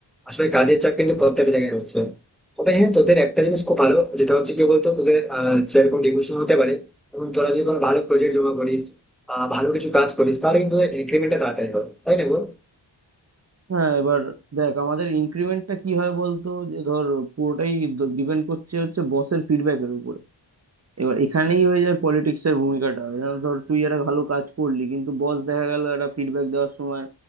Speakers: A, in the centre; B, on the right.
A: আসলে কাজের চাপ কিন্তু প্রত্যেকটা জায়গায় রয়েছে তবে হ্যাঁ তোদের একটা জিনিস খুব ভালো যেটা হচ্ছে কি বলতো তোদের আহ, যেরকম ডিভিশন হতে পারে এবং তোরা যদি কোনো ভালো প্রজেক্ট জমা করিস আহ, ভালো কিছু কাজ করিস তাহলে কিন্তু ইনক্রিমেন্টটা তাড়াতাড়ি হবে তাই না গো?
B: হ্যাঁ এবার দেখ আমাদের ইনক্রিমেন্টটা কি হয় বলতো যে ধর পুরোটাই ডিপেন্ড করছে হচ্ছে বসের ফিডব্যাকের উপরে এবার এখানেই হয়ে যায় পলিটিক্স এর ভূমিকাটা যেমন ধর তুই একটা ভালো কাজ করলি কিন্তু বস দেখা গেল একটা ফিডব্যাক দেওয়ার সময়